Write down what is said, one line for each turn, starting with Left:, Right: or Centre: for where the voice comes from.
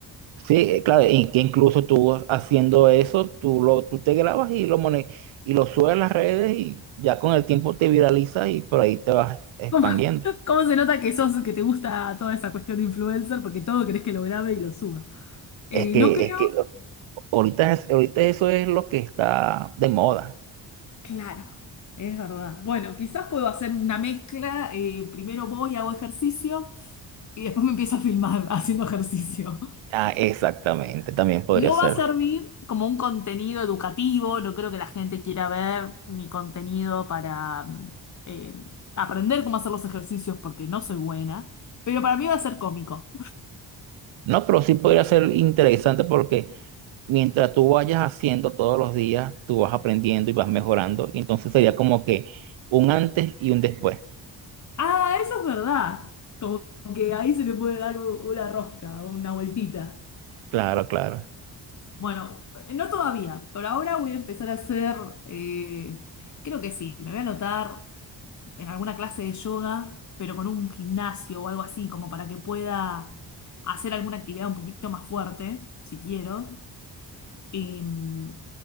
Right: Sí, eh, claro, y que incluso tú haciendo eso, tú, lo, tú te grabas y lo, mone- y lo subes a las redes y ya con el tiempo te viraliza y por ahí te vas expandiendo.
Left: ¿Cómo, cómo se nota que sos, que te gusta toda esa cuestión de influencer? Porque todo querés que lo grabe y lo suba. Eh,
Right: Es que,
Left: no creo.
Right: es que ahorita, es- ahorita eso es lo que está de moda.
Left: Claro, es verdad. Bueno, quizás puedo hacer una mezcla. eh, primero voy, hago ejercicio y después me empiezo a filmar <laughs> haciendo ejercicio.
Right: Ah, exactamente, también podría
Left: No
Right: ser.
Left: va a servir como un contenido educativo, no creo que la gente quiera ver mi contenido para mm, eh, aprender cómo hacer los ejercicios porque no soy buena, pero para mí va a ser cómico.
Right: No, pero sí podría ser interesante porque mientras tú vayas haciendo todos los días, tú vas aprendiendo y vas mejorando. Y entonces sería como que un antes y un después.
Left: Ah, eso es verdad. Como que ahí se le puede dar u- una rosca, una vueltita.
Right: Claro, claro,
Left: Bueno, no todavía, pero ahora voy a empezar a hacer, eh, creo que sí, me voy a anotar. en alguna clase de yoga, pero con un gimnasio o algo así, como para que pueda hacer alguna actividad un poquito más fuerte, si quiero. Em,